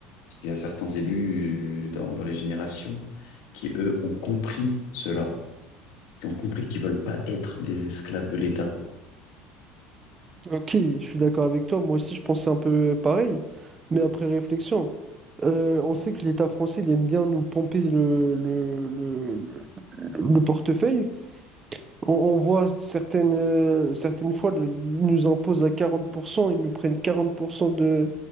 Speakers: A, on the left; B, on the right.
A: Parce qu'il y a certains élus euh, dans, dans les générations qui, eux, ont compris cela, qui ont compris qu'ils veulent pas être des esclaves de l'État.
B: Ok, je suis d'accord avec toi. Moi aussi je pensais un peu pareil. Mais après réflexion, euh, on sait que l'État français il aime bien nous pomper le, le, le, le portefeuille. On, on voit certaines, euh, certaines fois, le- ils nous imposent à 40%, ils nous prennent 40% de,